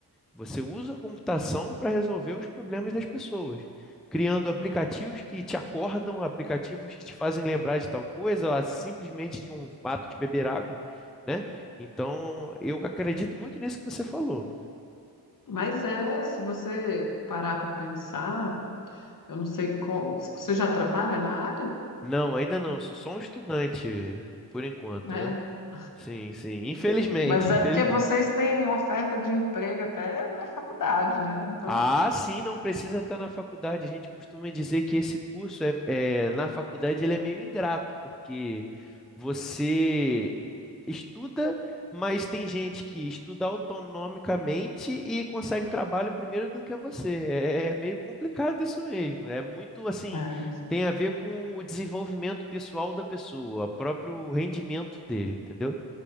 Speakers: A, in the centre; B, on the left (about 55°).
A: Você usa a computação para resolver os problemas das pessoas, criando aplicativos que te acordam, aplicativos que te fazem lembrar de tal coisa, ou simplesmente de um ato de beber água, né? Então, eu acredito muito nisso que você falou.
B: Mas é, se você parar para pensar, eu não sei como. Você já trabalha na área?
A: Não, ainda não, sou só um estudante por enquanto,
B: né?
A: né? Sim, sim, infelizmente,
B: Mas é
A: <laughs> infelizmente.
B: porque vocês têm oferta de emprego até na faculdade, né? Então.
A: Ah, sim, não precisa estar na faculdade. A gente costuma dizer que esse curso é, é na faculdade ele é meio ingrato, porque você estuda, mas tem gente que estuda autonomicamente e consegue trabalho primeiro do que você. É, é é meio complicado isso mesmo. É muito assim,
B: É.
A: tem a ver com o desenvolvimento pessoal da pessoa, o próprio rendimento dele, entendeu?